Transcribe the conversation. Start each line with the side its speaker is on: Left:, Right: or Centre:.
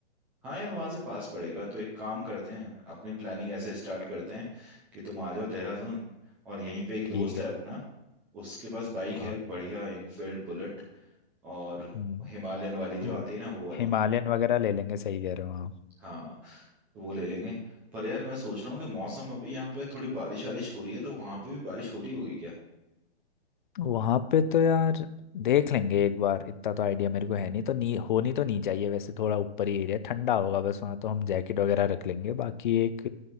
Centre: हाँ यार वहां से पास पड़ेगा तो एक काम करते हैं अपनी प्लानिंग ऐसे स्टार्ट करते हैं कि तुम आ जाओ देहरादून और यहीं पे एक
Left: ठीक
Centre: दोस्त
Left: है
Centre: है अपना उसके पास बाइक
Left: हाँ
Centre: है बढ़िया इनफील्ड बुलेट और
Left: हम्म,
Centre: हिमालयन वाली जो
Left: हम्म,
Centre: आती है ना वो वाली
Left: हिमालयन वगैरह ले लेंगे सही कह रहे हो हाँ
Centre: हाँ तो वो ले लेंगे पर यार मैं सोच रहा हूँ कि मौसम अभी यहाँ पे थोड़ी बारिश वारिश हो रही है तो वहां पे भी बारिश हो रही होगी क्या
Left: वहां पे तो यार देख लेंगे एक बार इतना तो आइडिया मेरे को है नहीं तो नी होनी तो नहीं चाहिए वैसे थोड़ा ऊपर ही एरिया ठंडा होगा बस वहाँ तो हम जैकेट वगैरह रख लेंगे बाकी एक